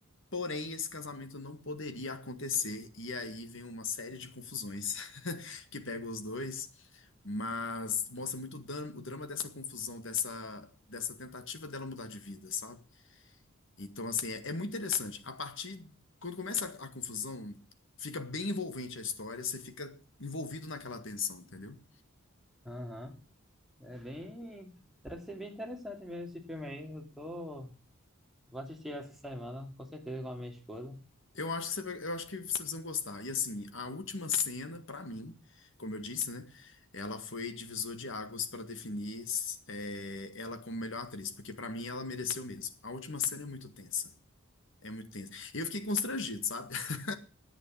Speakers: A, on the left; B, in the centre.
A: Porém, esse casamento não poderia acontecer, e aí vem uma série de confusões <laughs> que pegam os dois, mas mostra muito o dam- o drama dessa confusão, dessa, dessa tentativa dela mudar de vida, sabe? Então, assim, é, é muito interessante. A partir, quando começa a, a confusão, fica bem envolvente a história, você fica envolvido naquela tensão, entendeu?
B: Aham. É bem. Deve ser bem interessante mesmo esse filme aí. Eu tô. Vou assistir essa semana, com certeza, com a minha esposa.
A: Eu acho que você vai- eu acho que vocês vão gostar. E assim, a última cena, pra mim, como eu disse, né? Ela foi divisor de águas pra definir é, ela como melhor atriz, porque pra mim ela mereceu mesmo. A última cena é muito tensa. É muito tensa. Eu fiquei constrangido, sabe? <laughs>